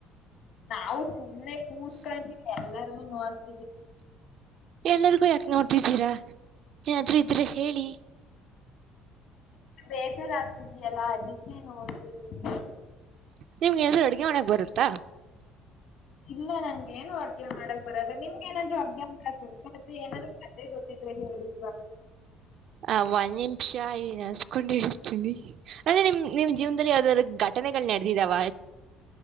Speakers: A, on the left (about 60°); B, on the right (about 55°).
A: ನಾವು ಸುಮ್ನೆ ಕೂಡ್ಕೊಂಡ ಎಲ್ಲಾರೂ ನೋಡ್ತ
B: ಎಲ್ಲರಿಗೂ ಯ ದ್ದೀರಾ ಏನಾದ್ರೂ ಇದ್ರೆ ಹೇಳಿ
A: ಬೇಜಾರಾಗ್ತಿದಯಲ್ಲ ಅದಕ್ಕೆನೋಡ್ತಿದೀನಿ
B: ನಿಮ್ಗೆ ಎಲ್ರೂ ಅಡ್ಗೆ ಮಾಡಕ್ ಬರುತ್ತಾ
A: ಇಲ್ಲ ನನ್ಗೆ ಏನು ಅಡ್ಗೆ ಮಾಡಕ್ ಬರೋದ ನಿಮ್ಗೆ ಏನಾದ್ರು ಮಾಡ ಏನಾದೂ ಕ ಗೊತ್ತ ಡಿ
B: ಆ ಒಂದ್ ನಿಮಿಷ ಈ ನನ್ಸ್ಕೊಂಡ್ ಇಡ್ರ್ತೀನಿ ಅಂದ್ರೆ ನಿಮ್ ನಿಮ್ ಜೀವನದಲ್ಲಿ ಯಾವ್ದಾದ್ ಘಟನೆಗಳು ನಡೆದಿದಾವ